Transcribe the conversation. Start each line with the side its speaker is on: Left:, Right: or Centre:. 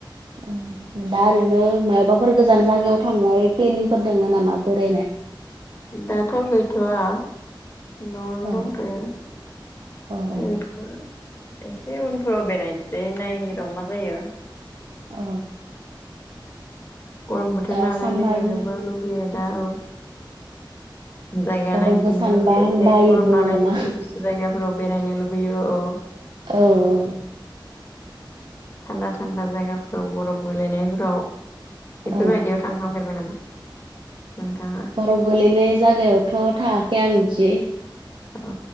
Right: उम। दा ओरैनो माबाफोर गोजान जायगायाव थांनाय प्लेनिंफोर दङो नामा बोरायनाय?
Left: दाथ' गैथवा। नआवनो
Right: औ
Left: दांतो
Right: औ
Left: ओ। एसे उनफोराव बेरायनोसै नायनि र' मा जायो।
Right: औ।
Left: गरम बोथोर
Right: दा
Left: नालाय
Right: सामार
Left: बेरायनोबो लुुबैयो दा औ जायगा
Right: गरमखौ
Left: नायगिदिंनो
Right: सानबा
Left: लुुबैयो एसे
Right: बायोबो
Left: गरम नालाय
Right: नामा
Left: गुसु गुसु जायगाफोराव बेरायनो लुुबैयो औ
Right: औ औ।
Left: थान्दा थान्दा जायगाफोराव बरफ गोलैनायफोराव बेफोरबायदियाव
Right: औ
Left: थांखांफेरबाय नामा? नोंथाङा
Right: बरफ गोलैनाय जायगायावथ' थायाखै आं बिदि
Left: औ